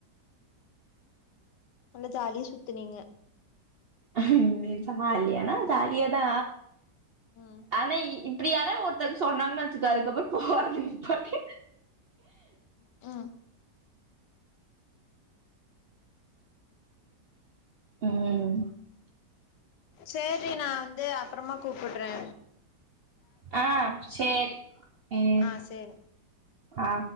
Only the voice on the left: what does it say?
நல்லா ஜாலியா சுத்துனீங்க
ம்
ஆ
சேரி நா வந்து அப்றமா கூப்பட்றே
ஆ சேரி